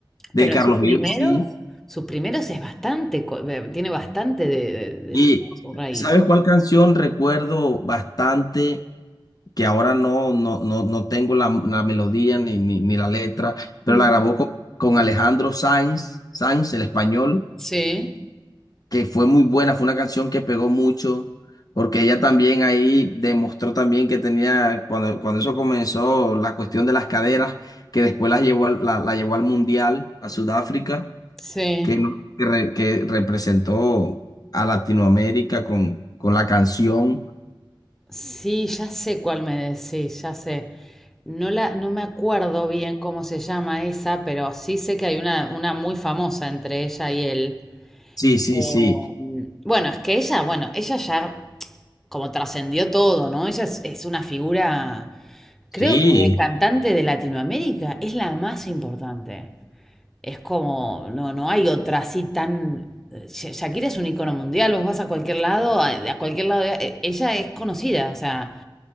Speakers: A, on the left; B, in the centre.
A: De
B: Pero
A: Carlos
B: sus primeros,
A: Vives sí,
B: sus primeros es bastante, co- de- tiene bastante de, de-
A: y
B: de su raíz.
A: ¿sabes cuál canción recuerdo bastante? que ahora no, no, no, no tengo la, la melodía ni, ni, ni la letra, pero
B: Mm.
A: la grabó con, con Alejandro Sanz, Sanz, el español,
B: Sí,
A: que fue muy buena, fue una canción que pegó mucho, porque ella también ahí demostró también que tenía, cuando, cuando eso comenzó, la cuestión de las caderas, que después las llevó al- la, la llevó al Mundial, a Sudáfrica,
B: sí.
A: que, no- que, re- que representó a Latinoamérica con, con la canción.
B: Sí, ya sé cuál me decís, ya sé. No la, no me acuerdo bien cómo se llama esa, pero sí sé que hay una, una muy famosa entre ella y él.
A: Sí, sí,
B: Eh,
A: sí,
B: bueno, es que ella, bueno, ella ya como trascendió todo, ¿no? Ella es, es una figura, creo
A: sí,
B: que de cantante de Latinoamérica es la más importante. Es como, no, no hay otra así tan... Sha- Shakira es un icono mundial, vos vas a cualquier lado, a, a cualquier lado, eh, ella es conocida, o sea,